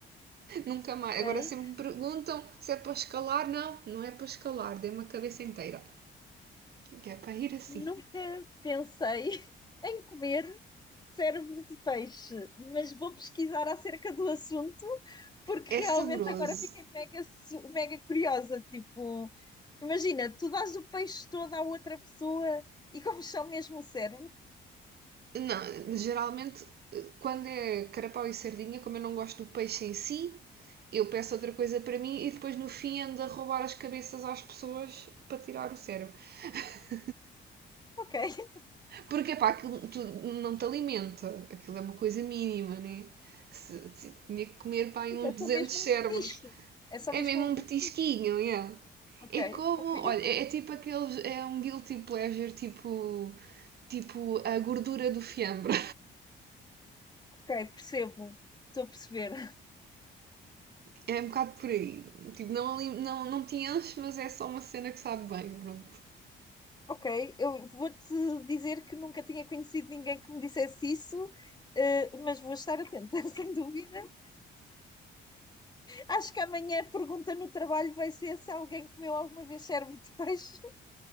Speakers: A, on the right; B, on the left.
A: Nunca
B: ok.
A: mais. Agora sempre me perguntam se é para escalar. Não, não é para escalar, dei uma cabeça inteira. Que é para ir assim.
B: Nunca pensei <laughs> em comer cérebro de peixe, mas vou pesquisar acerca do assunto porque
A: É
B: realmente
A: saboroso,
B: agora fiquei mega, su- mega curiosa. Tipo, imagina, tu dás o peixe todo à outra pessoa e comes só mesmo o cérebro?
A: Não, geralmente quando é carapau e sardinha, como eu não gosto do peixe em si, eu peço outra coisa para mim e depois no fim ando a roubar as cabeças às pessoas para tirar o cérebro. <laughs>
B: Ok, <laughs>
A: Porque pá, aquilo tu, não te alimenta, aquilo é uma coisa mínima, né? Se, se, tinha que comer pá, uns
B: Tipo, é
A: 200
B: só mesmo
A: cérebros.
B: um petisco. É só
A: É
B: mesmo
A: mesmo um petisquinho,
B: um um petisco.
A: é? Yeah.
B: Ok,
A: É como,
B: ok,
A: olha, é, é tipo aqueles, é um guilty pleasure, tipo, tipo a gordura do fiambre.
B: ok, percebo. Estou a perceber.
A: É um bocado por aí. Tipo, não, ali- não, não te enche, mas é só uma cena que sabe bem. Pronto.
B: Ok, eu vou-te dizer que nunca tinha conhecido ninguém que me dissesse isso, eh, mas vou estar atenta, <laughs> sem dúvida. Acho que amanhã a pergunta no trabalho vai ser se alguém comeu alguma vez cérebro de peixe,